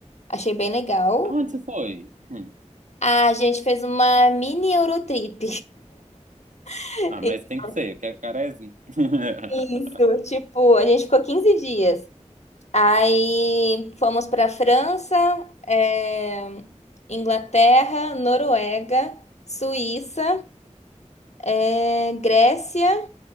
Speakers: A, on the left; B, on the right.
A: Achei bem legal.
B: Aonde você foi? Hum.
A: A gente fez uma mini Eurotrip. <laughs>
B: Ah, mas tem que ser, que é Quaresma. <laughs>
A: Isso, tipo, a gente ficou 15 dias. Aí fomos para França, eh, Inglaterra, Noruega, Suíça, eh, Grécia